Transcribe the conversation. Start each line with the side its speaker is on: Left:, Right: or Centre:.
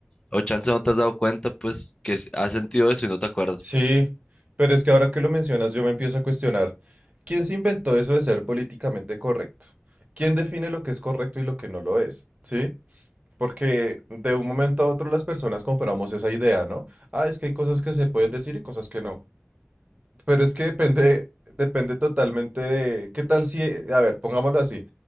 Left: o chance no te has dado cuenta, pues que s- has sentido eso y no te acuerdas,
Right: Sí,
Left: pues
Right: pero es que ahora que lo mencionas yo me empiezo a cuestionar. ¿Quién se inventó eso de ser políticamente correcto? ¿Quién define lo que es correcto y lo que no lo es? ¿Sí? Porque de un momento a otro las personas compramos esa idea, ¿no? Ah, es que hay cosas que se pueden decir y cosas que no. Pero es que depende, depende totalmente de, ¿qué tal si, eh, a ver, pongámoslo así.